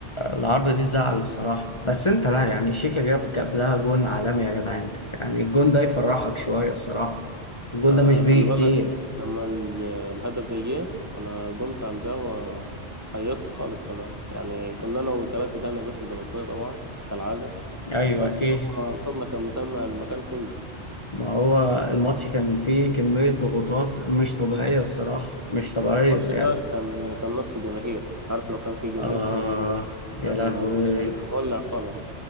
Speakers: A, on the left (about 25°); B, on the right (about 15°).
A: العارضة دي تزعل الصراحة بس أنت لا يعني شيكا جاب جاب لها جون عالمي يا جدع أنت يعني الجون ده يفرحك شوية الصراحة الجون
B: آه،
A: ده مش بيجي
B: خلي بالك
A: كتير
B: لما ال- الهدف ده جه انا قمت على القهوه هيصت خالص كمان يعني كنا انا وثلاثه تاني بس زملكاويه طبعا كالعاده
A: أيوه
B: بس
A: أكيد
B: صوتنا صوتنا كان مسمع المكان كله
A: ما هو الماتش كان فيه كمية ضغوطات مش طبيعية الصراحة مش طبيعية
B: الماتش
A: يعني
B: ده كان كان نقص جماهير عارف لو كان في جماهير
A: آه
B: في الماتش ده
A: يا
B: كان
A: لهوي
B: الماتش هيبقى مولع خالص